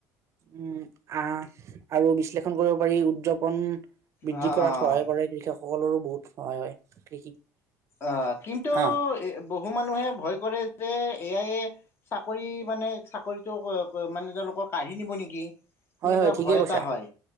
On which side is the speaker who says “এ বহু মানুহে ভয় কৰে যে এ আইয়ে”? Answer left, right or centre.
Left